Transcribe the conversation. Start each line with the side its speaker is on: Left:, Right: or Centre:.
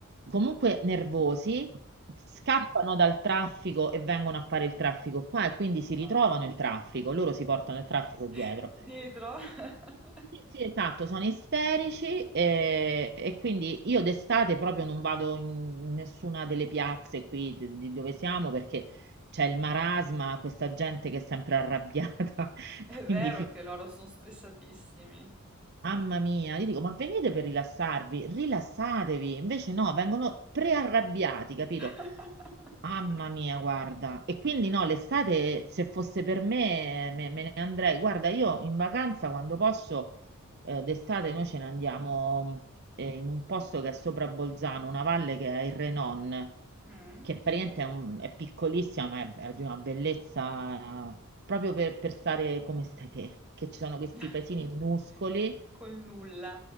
Right: comunque nervosi, scappano dal traffico e vengono a fare il traffico qua e quindi si ritrovano
Centre: Madò.
Right: il traffico, loro si portano il traffico dietro.
Centre: <laughs> Dietro. <laughs>
Right: Sì, sì, esatto, sono isterici eh, e, quindi io d'estate proprio non vado in nessuna delle piazze qui di, di dove siamo perché c'è il marasma, questa gente che è sempre arrabbiata, <laughs>
Centre: È vero
Right: quindi fi-
Centre: che loro sono stressatissimi.
Right: mamma mia, gli dico ma venite per rilassarvi, rilassatevi, invece no, vengono prearrabbiati, capito?
Centre: <laughs>
Right: Mamma mia, guarda. E quindi no, l'estate, se fosse per me, me, me ne andrei. Guarda, io in vacanza, quando posso, eh, d'estate noi ce ne andiamo eh, in un posto che è sopra Bolzano, una valle che è il Renon,
Centre: Mm.
Right: che praticamente è, un- è piccolissima, ma è, è di una bellezza eh, proprio per, per stare come stai te, che ci sono questi
Centre: <laughs>
Right: paesini minuscoli
Centre: Col nulla.